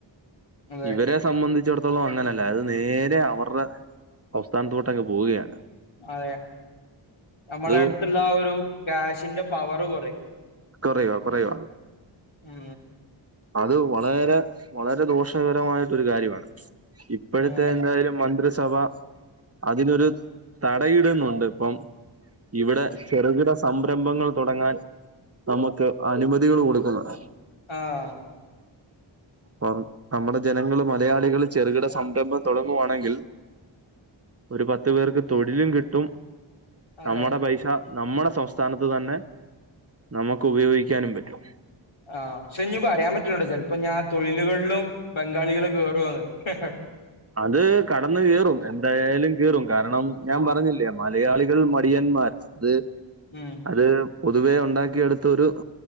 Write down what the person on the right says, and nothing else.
ഇവരെ സംബന്ധിച്ചിടത്തോളം അങ്ങനെയല്ല. അത് നേരെ അവറെ ഒ <unintelligible> പോവ്വാണ്.
അത്
കൊറയോ കൊറയോ.
അത് വളേരെ വളരെ ദോഷകരമായിട്ടരു കാര്യാണ്. ഇപ്പഴത്തെ
എന്തായാലും മന്ത്രിസവ അതിനൊരു തടയിടുന്നുണ്ട് ഇപ്പം. ഇവിടെ ചെറുകിട സംരംഭങ്ങൾ തൊടങ്ങാൻ നമുക്ക് അനുമതികള് കൊടുക്ക് ന്നേ.
പ്പം നമ്മള് ജനങ്ങള് മലയാളികള് ചെറുകിട സംരംഭം തുടങ്ങുവാണെങ്കിൽ. ഒരു പത്ത് പേർക്ക് തൊഴിലും കിട്ടും.
നമ്മുടെ പൈസ നമ്മുടെ സംസ്ഥാനത്ത് തന്നെ നമുക്ക് ഉപയോഗിക്കാനും പറ്റും.
അത് കടന്ന് കേറും. എന്തായാലും കേറും. കാരണം
ഞാൻ പറഞ്ഞി <unintelligible> <unintelligible> മലയാളികൾ മടിയന്മാർ ത്.
അത് പൊതുവേ ഉണ്ടാക്കിയെടുത്തൊരു <inaudible>